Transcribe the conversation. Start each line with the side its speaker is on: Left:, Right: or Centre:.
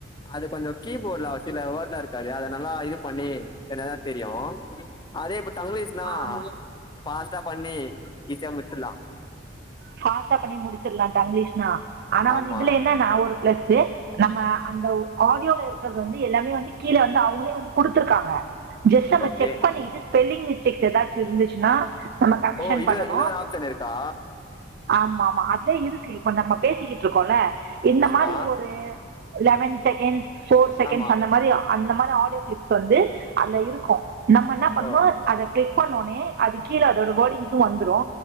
Left: அது கொஞ்சோ கீபோர்ட்ல அ சில வேட்லா இருக்காது அத நல்லா இது பண்ணி என்னதா தெரியு அதே இப்ப தங்கிலீஷ்னா
Right: ஆமா
Left: பாஸ்டா பண்ணி ஈஸியா முடிச்சில்லா
Right: ஃபாஸ்ட்டா பண்ணி முடுச்சற்லா தங்லிஷ்னா ஆனா
Left: ஆமா
Right: வந்து இதுல என்னானா ஒரு பிளஸு நம்ம அந்த ஆடியோல இருக்கறது வந்து எல்லாமே வந்து கீழ வந்து அவுங்களே வந்து குடுத்துருக்காங்க ஜெஸ்ட் நம்ம
Left: ஓகே
Right: செக் பண்ணிக்கிட்டு ஸ்பெல்லிங் மிஸ்டேக்ஸ் எதாச்சு இருந்துச்சுன்னா நம்ம கரெக்ஷன்
Left: ஓ இது
Right: பண்ணணு
Left: இன்னொரு ஆப்ஷன் இருக்கா
Right: ஆமா ஆமா அதுலயே இருக்கு இப்ப நம்ம பேசிக்கிட்டு இருக்கோல்ல இந்த
Left: ஆமா
Right: மாரி ஒரு லவன் செகண்ட்ஸ் ஃபோர் செகண்ட்ஸ்
Left: ஆமா
Right: அந்த மாரி அந்த மாரி ஆடியோ கிளிப்ஸ் வந்து அதுல இருக்கு நம்ம என்னா பண்ணணு
Left: ஓ
Right: அத கிளிக் பண்ணோனே அது கீழ அதோட வேர்டிங்ஸு வந்துறு